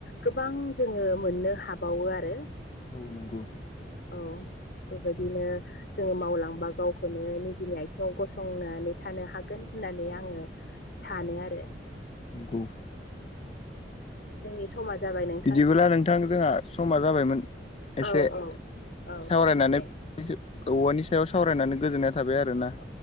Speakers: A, on the left; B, on the left.
A: गोबां जोङो मोननो हाबावो आरो
B: औ नंगौ।
A: औ बेबायदिनो जोङो मावलांबा गावखौनो निजिनि आथिङाव गसंनानै थानो हागोन होननानै आङो सानो आरो
B: <unintelligible>
A: जोंनि समा जाबाय नों
B: बिदिबोब्ला नोंथां जोंहा समा जाबायमोन। एसे
A: औ औ औ
B: सावरायनानै
A: दे
B: औवानि सायाव सावरायनानै
A: औ
B: गोजोननाय थाबाय आरो ना
A: औ